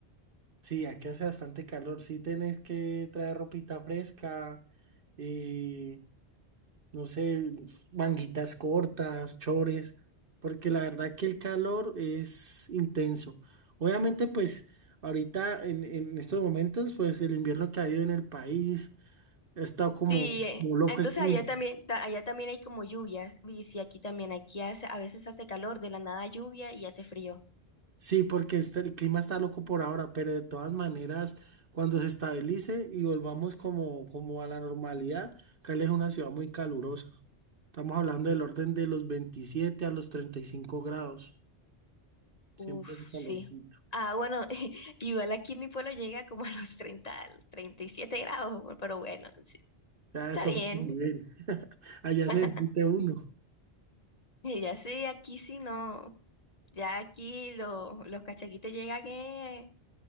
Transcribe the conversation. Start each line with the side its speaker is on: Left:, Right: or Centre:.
Right: Sí, aquí hace bastante calor. Sí, tenés que traer ropita fresca, eh, no sé, manguitas cortas, chores, porque la verdad que el calor es intenso. Obviamente, pues ahorita en, en estos momentos, pues el invierno que ha habido en el país ha estado como,
Left: Sí, eh,
Right: como loco
Left: entonces
Right: el clima.
Left: allá también, ta- allá también hay como lluvias, y sí, aquí también, aquí hace, a veces hace calor, de la nada lluvia y hace frío.
Right: Sí, porque este, el clima está loco por ahora, pero de todas maneras, cuando se estabilice y volvamos como, como a la normalidad, Cali es una ciudad muy calurosa. Estamos hablando del orden de los 27 a los 35 grados.
Left: Uf,
Right: Siempre hace calorcito.
Left: sí. Ah, bueno, <laughs> igual aquí en mi pueblo llega como a los 30, a los 37 grados, bu- pero bueno, sí,
Right: Ya
Left: está
Right: eso
Left: bien.
Right: es otro nivel. <laughs> Allá
Left: <laughs>
Right: se derrite uno.
Left: Y ya sí, aquí sí no. Ya aquí lo- los cachaquitos llegan eh,